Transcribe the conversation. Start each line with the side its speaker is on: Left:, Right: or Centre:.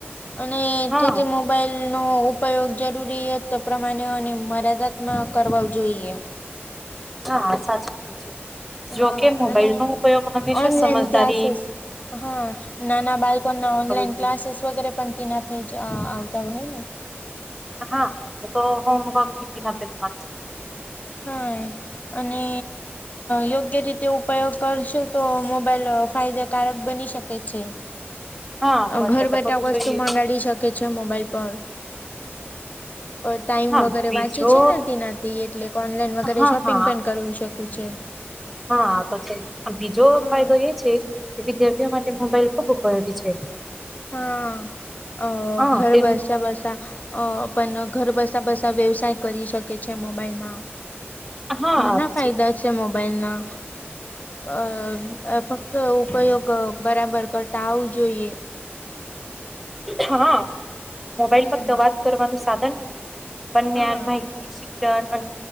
Left: અને એથીથી
Centre: હા
Left: મોબાઈલનો ઉપયોગ જરૂરી પ્રમાણે અને મર્યાદાતમાં કરો જોઈએ.
Centre: હા સાચું બધું છે
Left: હા
Centre: જોકે મોબાઈલ
Left: અને
Centre: નો ઉપયોગ હંમેશા
Left: ઓનલાઈન
Centre: સમજદારી
Left: ક્લાસીસ
Centre: એ
Left: હા નાના બાળકો ના ઓનલાઈન
Centre: જોઈએ.
Left: ક્લાસીસ વગેરે પણ ના ફે આવતા હો હોય, ને
Centre: હા હ તો હોમવર્કી ના
Left: હા અને યોગ્ય રીતે ઉપયોગ કરશો તો મોબાઈલ ફાયદેકારક બની શકે છે.
Centre: હા મર્યાદા
Left: ઘર બેઠા
Centre: કરવું
Left: વસ્તુ
Centre: જોઈએ
Left: મગાડી શકે છે મોબાઈલ પર ટાઈમ
Centre: હા
Left: વગેરે
Centre: બીજો
Left: વાંચે છે નથી તેના એટલે કે ઓનલાઈન વગેરે
Centre: હા
Left: શોપિંગ
Centre: હા
Left: પણ કરવું શકું છે.
Centre: હા આ તો છે બીજો
Left: હમ
Centre: ફાયદો એ છે. કે વિદ્યાર્થીઓ માટે મોબાઈલ ખુબ ઉપયોગી છે.
Left: હા અ
Centre: હા
Left: ઘર
Centre: તેમનું
Left: બસા બસા અ પણ ઘર બસા બસા વ્યવસાય કરી શકે છે મોબાઈલમાં
Centre: હા
Left: ઘણા
Centre: તો
Left: ફાયદા છે મોબાઈલ ના અ અ ફક્ત ઉપયોગ બરાબર કરતા આવું જોઈએ
Centre: હા મોબાઈલ
Left: હમ
Centre: ફક્ત વાત કરવાનું સાધન નથી પણ જ્ઞાન
Left: હા
Centre: માહિતી શિક્ષણ અને